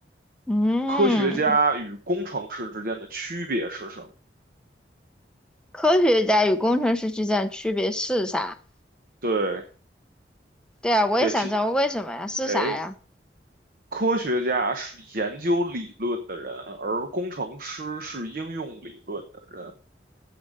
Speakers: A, in the centre; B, on the right.
A: 嗯，
B: 科学家与工程师之间的区别是什么？
A: 科学家与工程师之间的区别是啥？
B: 对，
A: 对啊，我也想知道为什么呀？
B: 也其，
A: 是啥呀？
B: 哎，科学家是研究理论的人，而工程师是应用理论的人。